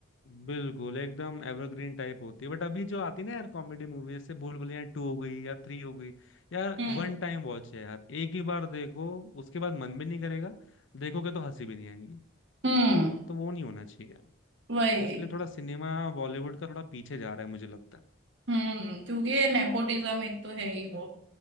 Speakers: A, on the left; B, on the right.
A: बिल्कुल एकदम एवरग्रीन टाइप होती है बट अभी जो आती है ना यार कॉमेडी मूवी जैसे भूल भुलैया टू हो गई या थ्री हो गई यार
B: हम्म
A: वन टाइम वॉच है यार एक ही बार देखो उसके बाद मन भी नहीं करेगा देखोगे तो हंसी भी नहीं आएगी
B: हम्म
A: तो वो नहीं होना चाहिए यार।
B: वही
A: इसलिए थोड़ा सिनेमा बॉलीवुड का थोड़ा पीछे जा रहा है मुझे लगता है
B: हम्म क्योंकि ये नेपोटिज्म एक तो है ही वो